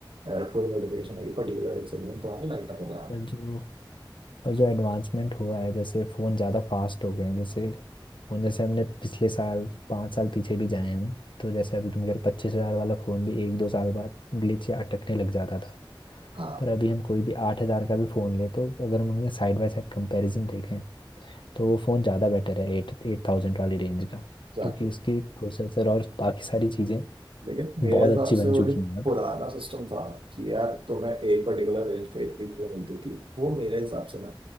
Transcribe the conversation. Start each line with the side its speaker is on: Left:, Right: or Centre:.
Right: अ, कोई नोटिफिकेशन आई पर्टिकुलर एक सेगमेंट तो हमें लाइट अप हो रहा है
Left: पर जो पर जो एडवांसमेंट हुआ है जैसे फ़ोन ज़्यादा फास्ट हो गए हैं जैसे और जैसे हमने पिछले साल पाँच साल पीछे भी जाए हम तो जैसे अभी तुम कह रहे पच्चीस हजार वाला फ़ोन भी एक दो साल बाद ग्लिच या अटकने लग जाता था
Right: हाँ
Left: पर अभी हम कोई भी आठ हजार का भी फ़ोन ले तो अगर हम उनके साइड बाय साइड कंपैरिजन देखें तो वो फ़ोन ज़्यादा बेटर है एट एट थाउजेंड वाली रेंज का
Right: एग्जैक्टली
Left: क्योंकि उसकी प्रोसेसर और बाकी सारी चीज़ें
Right: लेकिन मेरे
Left: बहुत
Right: हिसाब
Left: अच्छी
Right: से
Left: बन
Right: वो
Left: चुकी
Right: जो
Left: हैं अब
Right: पुराना सिस्टम था कि यार तुम्हें एक पर्टिकुलर रेंज पे इतनी चीजें मिलती थी वो मेरे हिसाब से ना